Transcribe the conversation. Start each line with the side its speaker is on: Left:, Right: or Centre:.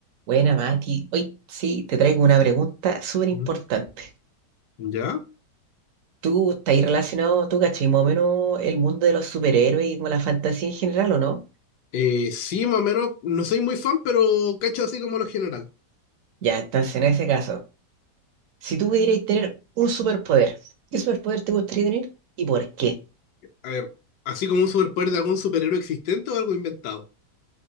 Right: Buena, Mati. Hoy sí, te traigo una pregunta súper importante.
Left: Mm. ¿Ya?
Right: ¿Tú estás ahí relacionado, tú cachai, más o menos el mundo de los superhéroes y con la fantasía en general o no?
Left: Eh, sí, más o menos, no soy muy fan, pero cacho así como lo general.
Right: Ya, entonces en ese caso, si tú pudierais tener un superpoder, ¿qué superpoder te gustaría tener y por qué?
Left: A ver, así como un superpoder de algún superhéroe existente o algo inventado.